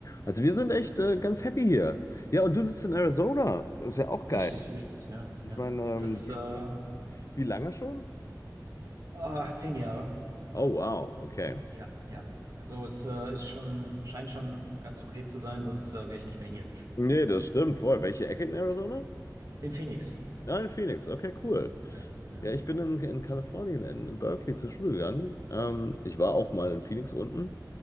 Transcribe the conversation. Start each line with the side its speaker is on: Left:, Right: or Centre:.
Left: Also wir sind echt äh, ganz happy hier. Ja, und du sitzt in Arizona. Ist ja auch geil.
Right: Richtig, richtig, ja,
Left: Ich
Right: ja.
Left: meine, ähm,
Right: Das,
Left: wie,
Right: äh,
Left: wie lange schon?
Right: ach, zehn Jahre.
Left: Oh, wow, okay.
Right: Ja, ja. Also es äh, ist schon, scheint schon ganz okay zu sein, sonst äh, wäre ich nicht mehr hier.
Left: Nee, das stimmt voll. Welche Ecke in Arizona?
Right: In Phoenix.
Left: Ja, in Phoenix. Okay, cool.
Right: Ja, ja.
Left: Ja, ich bin in, in Kalifornien, in, in Berkeley zur Schule gegangen. Ähm, ich war auch mal in Phoenix unten.